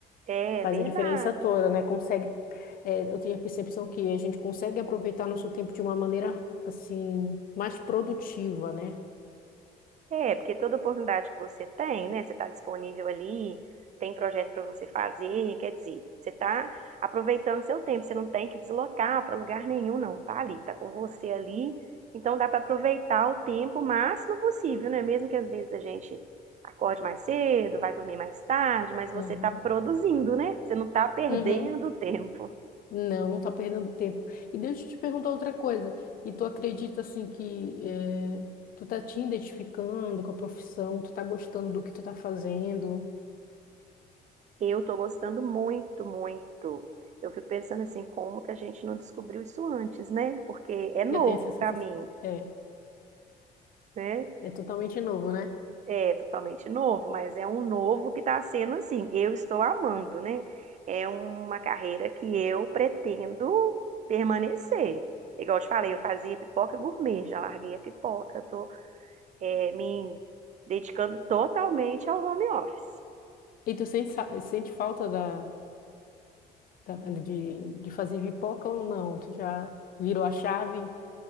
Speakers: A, on the right (about 45°); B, on the left (about 55°).
A: É
B: faz
A: verdade.
B: a diferença toda, né? Consegue, é, eu tenho a percepção que a gente consegue aproveitar nosso tempo de uma maneira, assim, mais produtiva, né?
A: É, porque toda oportunidade que você tem, né? Você está disponível ali, tem projeto para você fazer, quer dizer, você está aproveitando seu tempo, você não tem que deslocar para lugar nenhum, não. Tá ali, tá com você ali. Então dá para aproveitar o tempo o máximo possível, né? Mesmo que às vezes a gente acorde mais cedo, vai dormir mais tarde, mas você
B: Uhum.
A: está produzindo, né? Você não está perdendo
B: Uhum.
A: tempo.
B: Não, não tá perdendo tempo. E deixa eu te perguntar outra coisa. E tu acredita, assim, que eh, tu tá te identificando com a profissão, tu tá gostando do que tu tá fazendo?
A: Eu tô gostando muito, muito. Eu fico pensando assim, como que a gente não descobriu isso antes, né? Porque é novo
B: Eu tenho essa sensação.
A: pra mim,
B: É,
A: né?
B: é totalmente novo, né?
A: É totalmente novo, mas é um novo que tá sendo assim. Eu estou amando, né? É uma carreira que eu pretendo permanecer. Igual eu te falei, eu fazia pipoca gourmet, já larguei a pipoca, tô, é, me dedicando totalmente ao home office.
B: E tu sente, sa- sente falta da, da- de, de fazer pipoca ou não? Tu já virou a chave?